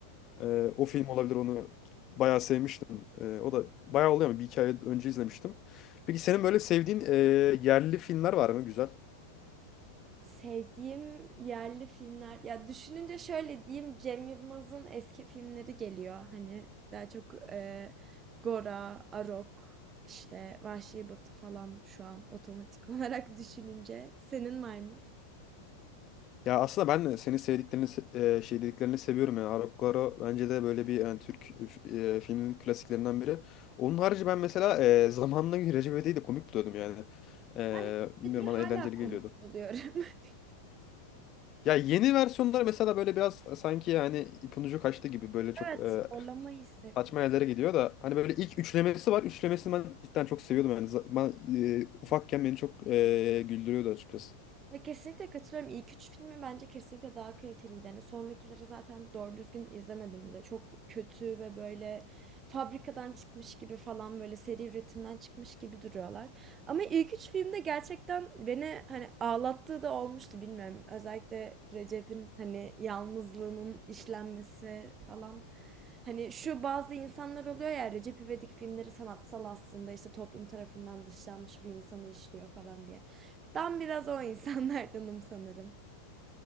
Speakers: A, on the left (about 35°); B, on the right (about 25°).
A: E, o film olabilir onu bayağı sevmiştim. E, o da bayağı oluyor ama bir iki ay önce izlemiştim. Peki senin böyle sevdiğin e, yerli filmler var mı güzel?
B: Sevdiğim yerli filmler ya düşününce şöyle diyeyim Cem Yılmaz'ın eski filmleri geliyor. Hani daha çok e, Gora, Arok, işte Vahşi Batı falan şu an otomatik <laughs> olarak düşününce. Senin var mı?
A: Ya aslında ben de senin sevdiklerini se- e, şey dediklerini seviyorum yani Arap Garo bence de böyle bir yani Türk e, filminin klasiklerinden biri. Onun harici ben mesela e, zamanına göre Recep İvedik'i de komik buluyordum yani. E,
B: Ben Eşit'teki
A: bilmiyorum
B: hala
A: bana eğlenceli
B: komik
A: geliyordu.
B: buluyorum. <laughs>
A: Ya yeni versiyonlar mesela böyle biraz e, sanki yani ipin ucu kaçtı gibi böyle çok
B: Evet,
A: e,
B: zorlama hisset.
A: saçma yerlere gidiyor da hani böyle ilk üçlemesi var. Üçlemesini ben cidden çok seviyordum yani. Z- Ben e, ufakken beni çok e, güldürüyordu açıkçası.
B: Ya kesinlikle katılıyorum. İlk üç filmi bence kesinlikle daha kaliteliydi. Hani sonrakileri zaten doğru düzgün izlemedim bile. Çok kötü ve böyle fabrikadan çıkmış gibi falan böyle seri üretimden çıkmış gibi duruyorlar. Ama ilk üç filmde gerçekten beni hani ağlattığı da olmuştu bilmiyorum. Özellikle Recep'in hani yalnızlığının işlenmesi falan. Hani şu bazı insanlar oluyor ya Recep İvedik filmleri sanatsal aslında işte toplum tarafından dışlanmış bir insanı işliyor falan diye. Ben biraz o insanlardanım sanırım.